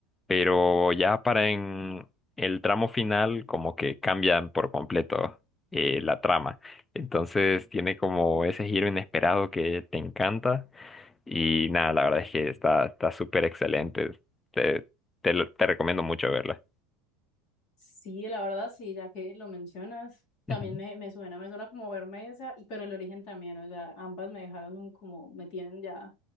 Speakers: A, on the left (about 15°); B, on the left (about 55°).
A: pero ya para en el tramo final como que cambian por completo eh, la trama. Entonces tiene como
B: Mm.
A: ese giro inesperado que te encanta y nada, la verdad es que está está súper excelente. Te, te, lo- te recomiendo mucho verla.
B: Sí, la verdad sí, ya que lo mencionas, también
A: Ujú.
B: me, me suena, me suena como Bermesa, y, pero el origen también, o sea, ambas me dejaron un como, me tienen ya